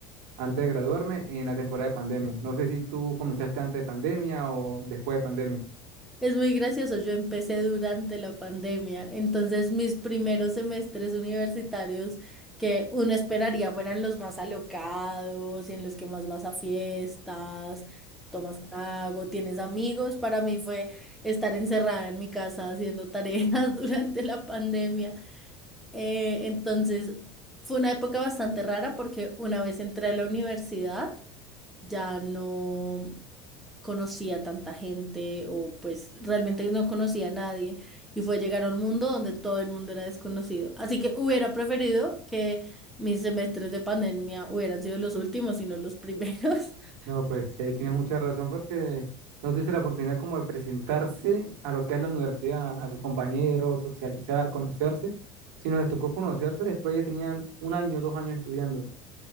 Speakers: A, on the right; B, in the centre.
A: antes de graduarme en la temporada de pandemia. No sé si tú comenzaste antes de pandemia o después de pandemia.
B: Es muy gracioso, yo empecé durante la pandemia, entonces mis primeros semestres universitarios que uno esperaría fueran los más alocados y en los que más vas a fiestas, tomas trago, tienes amigos, para mí fue estar encerrada en mi casa haciendo tareas <laughs> durante la pandemia. Eh, entonces fue una época bastante rara porque una vez entré a la universidad, ya no conocía tanta gente o pues realmente no conocía a nadie y fue llegar a un mundo donde todo el mundo era desconocido. Así que hubiera preferido que mis semestres de pandemia hubieran sido los últimos y no los primeros. <laughs>
A: No, pues sí, ahí tienes mucha razón porque no tuviste la oportunidad como de presentarse a lo que es la universidad, a sus compañeros, socializar, conocerse. Si les tocó conocerse, después ya tenían un año, dos años estudiando.